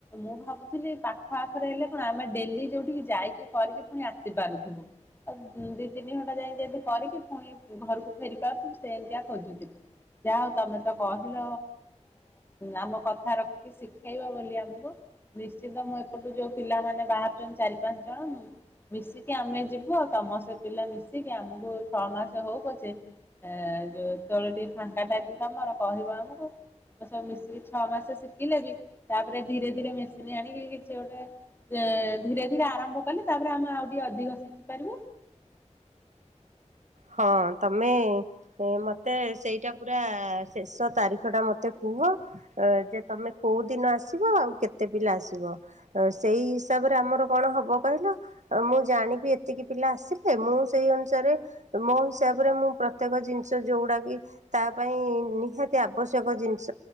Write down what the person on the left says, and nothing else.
ମୁଁ ଭାବୁଥିଲି ପାଖ ଆଖରେ ହେଲେ କଣ ଆମେ ଡେଲି ଯୋଉଠି ଯାଇକି କରିକି ପୁଣି ଆସିପାରୁଥିବୁ ଆଉ ଦି ତିନି ଘଣ୍ଟା ଯାଇ ଯେମିତି କରିକି ପୁଣି ଘରକୁ ଫେରି ପାରୁଥିବୁ ସେ ଏମିତିଆ ଖୋଜୁଥିଲି ଯାହାହଉ। ତମେ ତ କହିଲ ଆମ କଥା ରଖିକି ଶିଖେଇବ ବୋଲି ଆମକୁ ନିଶ୍ଚିତ ମୁଁ ଏପଟୁ ଯୋଉ ପିଲାମାନେ ବାହାରୁଛନ୍ତି ଚାରି ପାଞ୍ଚ ଜଣ ମିଶିକି ଆମେ ଯିବୁ ତମ ସେ ପିଲା ମିଶିକି ଆମକୁ ଛଅ ମାସ ହଉ ପଛେ ଯେତେବେଳେ ଟିକ ଫାଙ୍କା ଟାଇମ୍ ତମର କହିବ ଆମକୁ ଆମେ ସବୁ ମିଶିକି ଛଅ ମାସ ଶିଖିଲେ ବି ତାପରେ ଧୀରେ ଧୀରେ ମେସିନ ଆଣିକି କିଛି ଗୋଟେ ଧୀରେ ଧୀରେ ଆରମ୍ଭ କଲେ ତାପରେ ଆମେ ଆଉ ଟିକେ ଅଧିକ ଶିଖିପାରିବୁ।